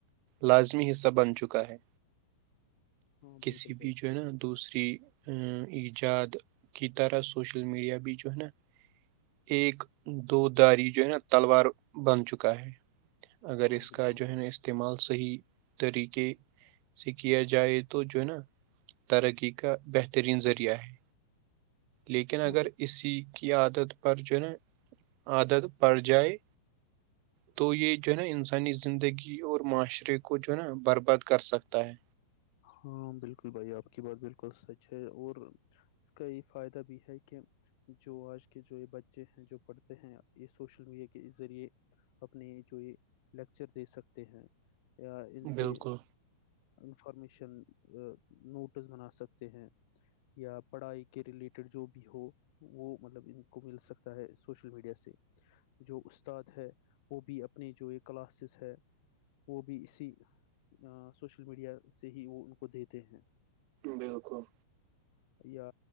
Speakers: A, on the right; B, on the left.
A: لازمی حصہ بن چکا ہے
B: ہاں،
A: کسی
B: بالکل بھائی
A: بھی جو ہے نا دوسری ایجاد کی طرح سوشل میڈیا بھی جو ہے نا ایک دو داری جو ہے نا تلوار بن چکا ہے اگر
B: ہاں ہاں،
A: اس
B: بالکل
A: کا جو
B: بھائی
A: ہے نا اس استعمال صحیح طریقے سے کیا جائے تو جو نا ترقی کا بہترین ذریعہ ہے لیکن
B: ہاں
A: اگر اسی کی عادت پر جو ہے نا عادت پڑ جائے تو یہ جو ہے نا انسانی زندگی اور معاشرے کو جو ہے نا برباد کر سکتا ہے
B: ہاں بالکل بھائی آپ کی بات بالکل سچ ہے اور اس کا یہ فائدہ بھی ہے کہ جو آج کے جو یہ بچے ہیں جو پڑھتے ہیں یہ سوشل میڈیا کے ذریعے اپنے جو یہ لیکچر دے سکتے ہیں یا ان
A: بالکل
B: سے انفارمیشن نوٹس بنا سکتے ہیں یا پڑھائی کے ریلیٹڈ جو بھی ہو وہ مطلب ان کو مل سکتا ہے سوشل میڈیا سے جو استاد ہے وہ بھی اپنے جو یہ کلاسز ہے وہ بھی اسی سوشل میڈیا سے ہی وہ ان کو دیتے ہیں
A: بالکل
B: <unintelligible> یا